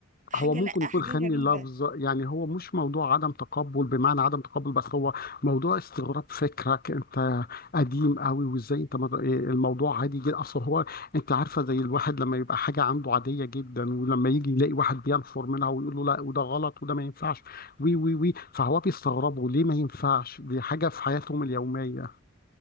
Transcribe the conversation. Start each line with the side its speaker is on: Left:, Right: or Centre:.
Right: حاجة
Left: هو ممكن
Right: لا
Left: يكون
Right: حاجة
Left: خني
Right: غريبة
Left: اللفظ يعني هو مش موضوع عدم تقبل بمعنى عدم تقبل بس هو موضوع استغراب فكرك انت قديم قوي وازاي انت مر- إيه الموضوع عادي جدا اصل هو انت عارفه زي الواحد لما يبقى حاجه عنده عاديه جدا ولما يجي يلاقي واحد بينفر منها ويقول له لا وده غلط وده ما ينفعش وي وي وي فهو بيستغربه ليه ما ينفعش دي حاجه في حياتهم اليوميه